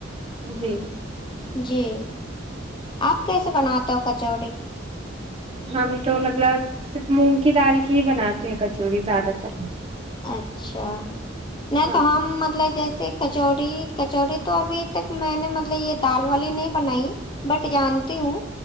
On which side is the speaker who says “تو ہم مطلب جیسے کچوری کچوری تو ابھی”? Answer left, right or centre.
Left